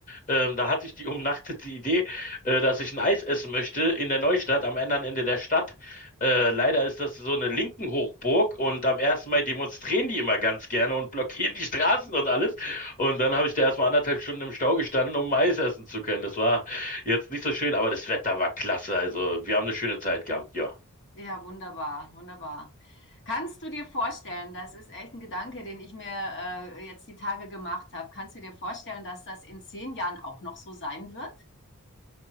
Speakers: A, on the left (about 40°); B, on the left (about 55°).
A: Ähm, da hatte ich die <laughs> umnachtete Idee, äh, dass ich ein Eis essen möchte in der Neustadt, am anderen Ende der Stadt. Äh, leider ist das so eine linken Hochburg und am ersten Mai demonstrieren die immer ganz gerne und blockieren die Straßen und alles. Und dann habe ich da erstmal anderthalb Stunden im Stau gestanden, um Eis essen zu können. Das war jetzt nicht so schön, aber das Wetter war klasse. Also wir haben eine schöne Zeit gehabt, ja.
B: Ja, wunderbar, wunderbar. Kannst du dir vorstellen, das ist echt ein Gedanke, den ich mir äh, jetzt die Tage gemacht habe. Kannst du dir vorstellen, dass das in zehn Jahren auch noch so sein wird?